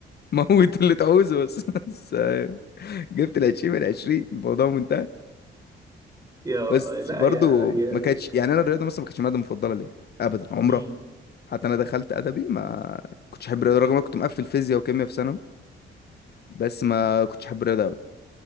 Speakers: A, on the left; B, on the right.
A: موت اللي تعوزه بس <laughs> بس جبت ال 20 من 20 الموضوع منتهى
B: يا
A: بس
B: الله لا
A: برضو
B: يا يا
A: ما كانتش يعني انا الرياضه مثلا ما كانتش ماده مفضله ليا ابدا عمرها
B: مم.
A: حتى انا دخلت ادبي ما كنتش احب الرياضه رغم إن انا كنت مقفل فيزياء وكيمياء في ثانوي بس ما كنتش احب الرياضه ابدا